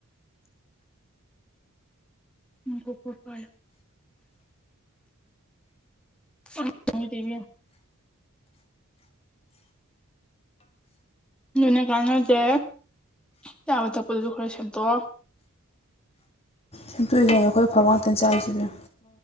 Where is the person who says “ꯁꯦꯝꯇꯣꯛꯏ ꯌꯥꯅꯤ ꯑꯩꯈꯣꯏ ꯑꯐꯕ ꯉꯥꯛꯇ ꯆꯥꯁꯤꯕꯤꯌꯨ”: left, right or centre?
Left